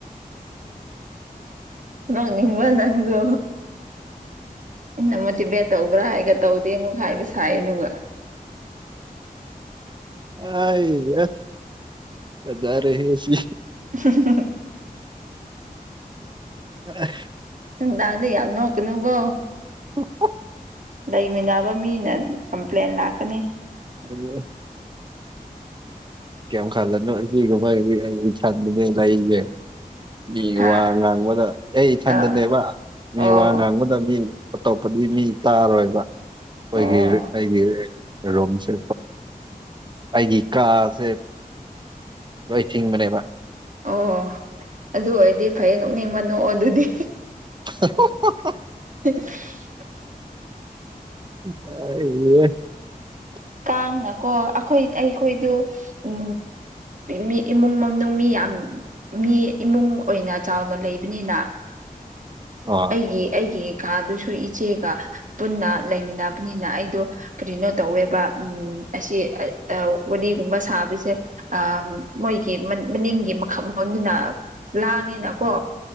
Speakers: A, on the right (about 60°); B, on the right (about 30°).
A: ꯅꯣꯡꯅꯤꯡꯕ ꯅꯪ ꯑꯗꯣ ꯑ ꯃꯣꯇꯤꯚꯦꯠ ꯇꯧꯕ꯭ꯔꯥ ꯍꯥꯏꯒ ꯇꯧꯗꯦ ꯑꯃꯨꯛ ꯍꯥꯏꯕꯁ ꯍꯥꯏ ꯍꯣꯏꯕ <inaudible>
B: ꯑ ꯌꯥ ꯍꯖꯔꯦꯁꯤ
A: ꯎꯃꯍꯨꯛ <inaudible>
B: ꯑ
A: ꯅꯨꯡꯗꯥꯡꯗ ꯌꯥꯝ ꯅꯣꯛꯀꯅꯨꯕꯣ
B: ꯎꯄ
A: ꯂꯩꯃꯤꯟꯅꯕ ꯃꯤꯅ ꯀꯝꯄ꯭ꯂꯦꯟ ꯂꯥꯛꯀꯅꯤ
B: ꯑꯗꯨ ꯀꯌꯥꯝ ꯈꯜꯂꯅꯣ ꯁꯤ ꯀꯥꯏ ꯑꯩ ꯏꯅꯦ ꯂꯩꯒꯦ ꯃꯤ
A: ꯍꯥ
B: ꯋꯥ ꯉꯥꯡꯕꯗ ꯑꯩ ꯏꯊꯟꯗꯅꯦꯕ
A: ꯑꯥ ꯑꯣ
B: ꯃꯤ ꯋꯥ ꯉꯥꯡꯕꯗ ꯃꯤ ꯑꯇꯣꯞꯄꯗꯤ ꯃꯤ ꯇꯥꯔꯣꯏꯕ ꯑꯩꯈꯣꯏꯒꯤ
A: ꯑꯣ
B: ꯑꯩꯒꯤ ꯀ ꯔꯣꯝꯁꯦ ꯑꯩꯒꯤ ꯀꯥꯁꯦ ꯂꯣꯏ ꯊꯤꯡꯕꯅꯦꯕ
A: ꯑꯣ ꯑꯗꯨ ꯑꯣꯏꯔꯗꯤ ꯐꯩ ꯅꯣꯛꯅꯤꯡꯕ ꯅꯣꯛꯑꯣ ꯑꯗꯨꯗꯤ
B: ꯍꯥꯍꯥꯖꯍꯥ <inaudible>
A: ꯁꯤꯁ꯭ <inaudible>
B: ꯑ ꯏ <unintelligible> <inaudible>
A: ꯀꯥꯡꯅ ꯀꯣ ꯑꯩꯈꯣꯏ ꯑꯩꯈꯣꯏꯗꯨ ꯎ ꯃꯤ ꯏꯃꯨꯡ ꯃꯅꯨꯡ ꯃꯤ ꯌꯥꯝ ꯃꯤ ꯏꯃꯨꯡ ꯑꯣꯏꯅ ꯆꯥꯎꯅ ꯂꯩꯕꯅꯤꯅ
B: ꯑꯣ
A: ꯑꯩꯒꯤ ꯑꯩꯒꯤ ꯀꯥꯗꯨꯁꯨ ꯏꯆꯦꯒ ꯄꯨꯟꯅ ꯂꯩꯃꯤꯟꯅꯕꯅꯤꯅ ꯑꯩꯗꯣ ꯀꯔꯤꯅꯣ ꯇꯧꯋꯦꯕ ꯎꯝ ꯑꯁꯤ ꯋꯥꯔꯤꯒꯨꯝꯕ ꯁꯥꯕꯁꯦ ꯃꯣꯏꯒꯤ ꯃꯅꯤꯡꯒꯤ ꯃꯈ ꯃꯈꯟꯗꯨꯅ ꯂꯥꯡꯉꯤꯅꯀꯣ